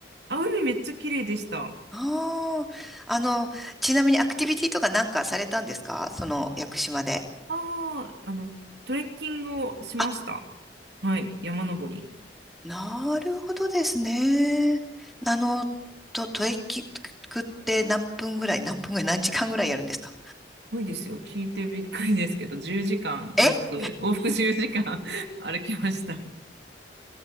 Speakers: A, on the right; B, in the centre.
A: あ、海めっちゃ綺麗でした。
B: ああー、あの、ちなみにアクティビティとかなんかされたんですかその屋久島で。
A: ああ、あの、トレッキングをしました。
B: あ、
A: はい。山登り。
B: なるほどですね。あの、と、トレッキングって何分ぐらい、何分ぐらい、何時間ぐらいやるんですか
A: ごいですよ。聞いてびっくりですけど、10時間往復、
B: え
A: 往復10時間 <laughs> 歩きました。